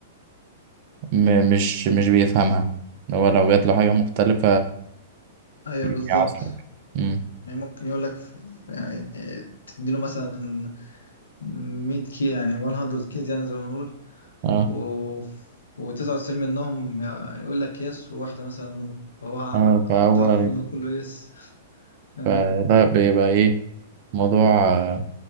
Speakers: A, on the right; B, on the left.
A: م- مش مش بيفهمها اللي هو لو جات له حاجة مختلفة
B: ايوه
A: جميع
B: بالظبط
A: أصلا امم
B: يعني ممكن يقول لك في- يعني تديله مثلا 100 كي يعني 100 كيز يعني زي ما بنقول
A: اه
B: و و99 منهم يقول لك يس وواحدة مثلا نو فهو
A: اه
B: اتعلم
A: فهو
B: انه كله يس فاهمني
A: يبقى ده بيبقى ايه موضوع آه،